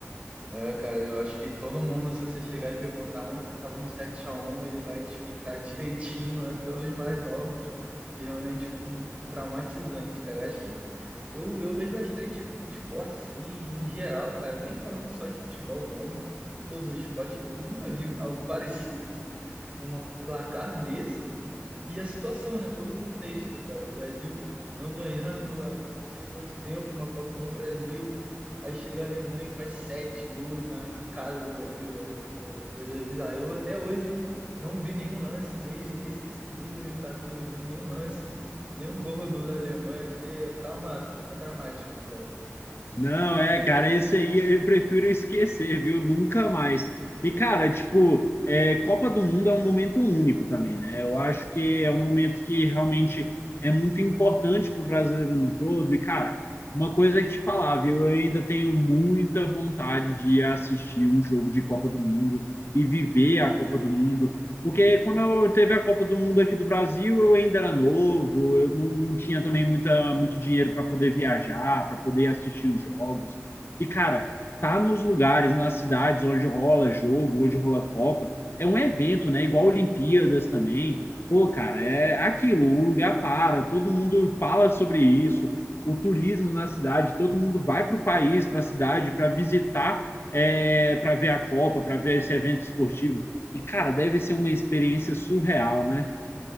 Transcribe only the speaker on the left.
Não, é, cara, esse aí eu prefiro esquecer, viu? Nunca mais. E, cara, tipo, é, Copa do Mundo é um momento único também, né? Eu acho que é um momento que realmente é muito importante para o brasileiro no todo. E, cara, uma coisa é te falar, viu? Eu ainda tenho muita vontade de assistir um jogo de Copa do Mundo e viver a Copa do Mundo. Porque quando eu teve a Copa do Mundo aqui do Brasil, eu ainda era novo, eu não, não tinha também muita, muito dinheiro para poder viajar, para poder assistir os jogos. E, cara, tá nos lugares, nas cidades onde rola jogo, onde rola Copa, é um evento, né? Igual Olimpíadas também. Pô, cara, é aquilo, o lugar para, todo mundo fala sobre isso, o turismo na cidade, todo mundo vai para o país, para a cidade, para visitar, é, para ver a Copa, para ver esse evento esportivo. E, cara, deve ser uma experiência surreal, né?